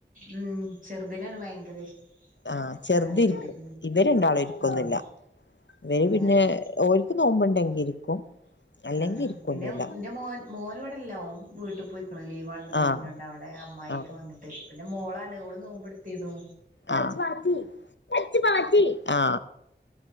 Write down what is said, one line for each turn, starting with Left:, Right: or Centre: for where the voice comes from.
Right: ഉം ചെറുതിനാണ് ഭയങ്കര ഇഷ്
Left: ആ ചെറുതി
Right: താല്പര്യം
Left: ക്കും ഇവര് രണ്ടാളും ഇരിക്കൊന്നുല്ല
Right: ഉം
Left: ഇവര് പിന്നെ
Right: ഏഹ്
Left: ഓൽക്ക് നോമ്പുണ്ടെങ്കി ഇരിക്കും അല്ലെങ്കി
Right: ആപിന്നെ
Left: ഇരിക്കൊന്നുല്ല
Right: എന്റെ മോൻ മോന് ഇവിടല്ല മോൻ വീട്ട് ലീവാണെന്ന് പറഞ്ഞോണ്ട്
Left: ആഹ്
Right: അവിടെ അമ്മായിയൊക്കെ
Left: ആഹ്
Right: വന്നിട്ട് പിന്നെ മോളാണ് മോള് നോമ്പെടുത്തിരുന്നു
Left: ആ <unintelligible> ആ